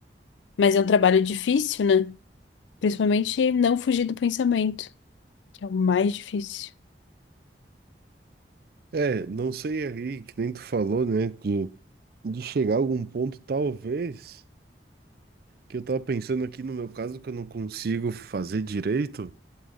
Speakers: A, on the left (about 85°); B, on the right (about 55°).
A: Mas é um trabalho difícil, né? Principalmente não fugir do pensamento, que é o mais difícil.
B: É, não sei aí, que nem tu falou, né, de, de chegar a algum ponto, talvez, que eu tava pensando aqui no meu caso, que eu não consigo fazer direito,